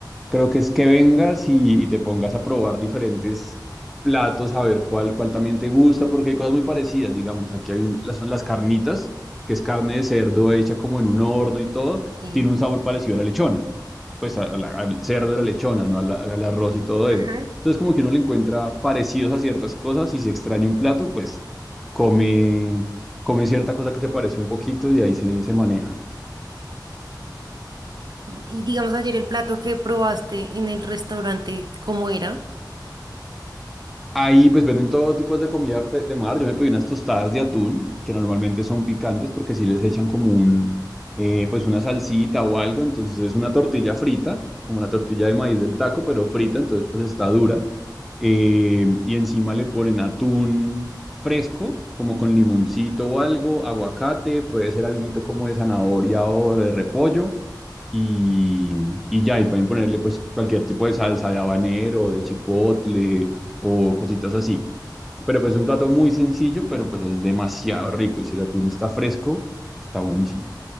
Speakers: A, in the centre; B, on the right.
A: Creo que es que vengas y, y te pongas a probar diferentes platos, a ver cuál, cuál también te gusta, porque hay cosas muy parecidas, digamos. Aquí hay un- las- son las carnitas, que es carne de cerdo hecha como en un horno y todo,
B: Sí.
A: tiene un sabor parecido a la lechona, pues a- a la- al cerdo de la lechona, ¿no? Al, al arroz y todo
B: Ajá.
A: eso. Entonces como que uno le encuentra parecidos a ciertas cosas y si extraña un plato, pues come, come cierta cosa que se parece un poquito y ahí se, se maneja.
B: Ah, Y digamos ayer el plato que probaste en el restaurante, ¿cómo era?
A: Ahí pues venden todo tipo de comida pe- de mar. Yo me pedí unas tostadas de atún, que normalmente son picantes porque si les echan como un, eh, pues una salsita o algo. Entonces es una tortilla frita, como la tortilla de maíz del taco, pero frita, entonces pues está dura. Eh, y encima le ponen atún fresco, como con limoncito o algo, aguacate, puede ser alguito como de zanahoria o de repollo. Y, y ya, y pueden ponerle pues cualquier tipo de salsa de habanero, de chipotle o cositas así. Pero pues es un plato muy sencillo, pero pues es demasiado rico. Y si el atún está fresco, está buenísimo.